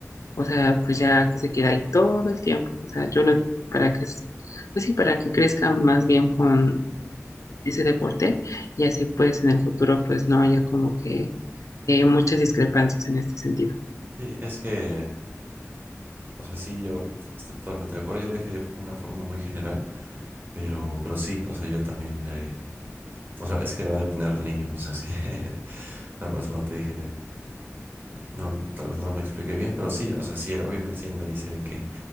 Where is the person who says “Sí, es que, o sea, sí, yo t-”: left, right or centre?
Right